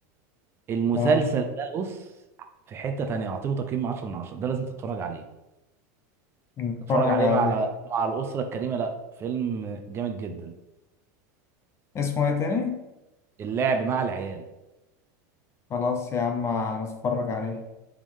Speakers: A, on the right; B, on the left.
A: المسلسل
B: آه
A: ده بص في حتة تانية أعطيله تقييم 10 من 10 ده لازم تتفرج عليه
B: نتفرج
A: تتفرج عليه
B: عليه
A: مع مع الأسرة الكريمة لا فيلم جامد جدا
B: اسمه إيه تاني؟
A: اللعب مع العيال
B: خلاص يا عم هنتفرج عليه